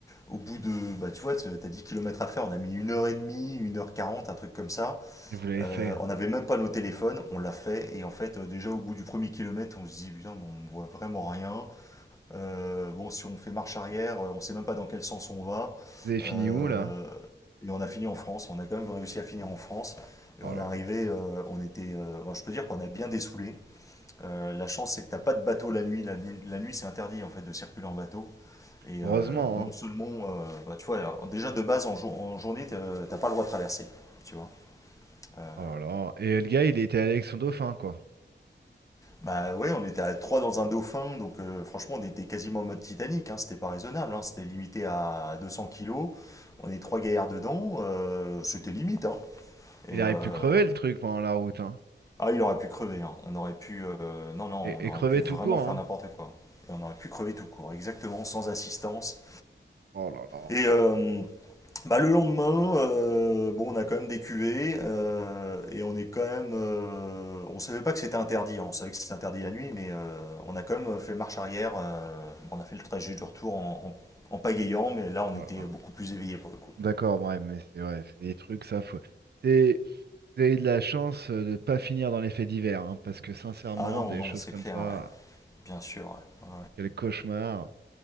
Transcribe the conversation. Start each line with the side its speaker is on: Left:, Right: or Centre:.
Left: au bout de, bah, tu vois, t'as 10 kilomètres à faire, on a mis une heure et demie, une heure quarante, un truc comme ça.
Right: Et vous l'avez
Left: Euh,
Right: fait.
Left: on n'avait même pas nos téléphones, on l'a fait, et en fait, euh, déjà au bout du premier kilomètre, on se dit, putain, mais on ne voit vraiment rien. Euh, bon, si on fait marche arrière, euh, on ne sait même pas dans quel sens on va.
Right: Vous avez fini
Left: Euh,
Right: où là?
Left: et on a fini en France. On a quand même réussi à finir en France. Et
Right: Oh
Left: on
Right: là
Left: est arrivé,
Right: là.
Left: euh, on était, euh, bon, je peux dire qu'on a bien dessoulé. Euh, la chance, c'est que t'as pas de bateau la nuit. La nuit, la nuit, c'est interdit en fait de circuler en bateau. Et
Right: Heureusement,
Left: euh, non
Right: hein.
Left: seulement, euh, bah, tu vois, alors, déjà de base en, jour- en journée, t'as t'as pas le droit de traverser, tu vois. Euh,
Right: Oh là là. Et le gars, il était allé avec son dauphin, quoi.
Left: Bah ouais, on était à 3 dans un dauphin, donc euh, franchement on était quasiment en mode Titanic, hein, c'était pas raisonnable, hein, c'était limité à 200 kilos, on est trois gaillards dedans, euh, c'était limite. Hein, et
Right: Il aurait
Left: euh,
Right: pu crever le truc pendant la route, hein.
Left: Ah il aurait pu crever, hein, on aurait pu... euh, Non, non,
Right: Et,
Left: on
Right: et
Left: aurait
Right: crever
Left: pu vraiment
Right: tout court,
Left: faire
Right: hein.
Left: n'importe quoi. Et on aurait pu crever tout court, exactement, sans assistance.
Right: Oh là là.
Left: Et euh, Bah, le lendemain, euh, bon, on a quand même des cuvées euh, et on est quand même. euh, on savait pas que c'était interdit, hein. on savait que c'était interdit la nuit, mais euh, on a quand même fait marche arrière. euh, on a fait le trajet du retour en, en, en pagayant, mais là on
Right: Oh
Left: était
Right: là là.
Left: beaucoup plus éveillé pour le coup.
Right: D'accord, ouais, mais c'est ouais, c'est des trucs, ça faut. C'est Vous avez de la chance euh, de ne pas finir dans les faits divers, hein, parce que sincèrement,
Left: Ah non,
Right: des
Left: non,
Right: choses
Left: c'est
Right: comme
Left: clair,
Right: ça,
Left: ouais. bien sûr, ouais.
Right: quel cauchemar.